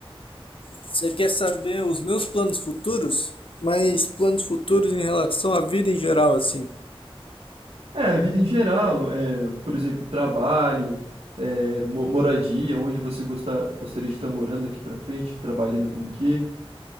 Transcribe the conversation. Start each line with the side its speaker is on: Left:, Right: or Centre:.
Left: Você quer saber os meus planos futuros? Mas planos futuros em relação à vida em geral, assim.
Right: É, a vida em geral, é, por exemplo, trabalho, é, mo- moradia, onde você gostar, gostaria de estar morando aqui pra frente, trabalhando com o quê?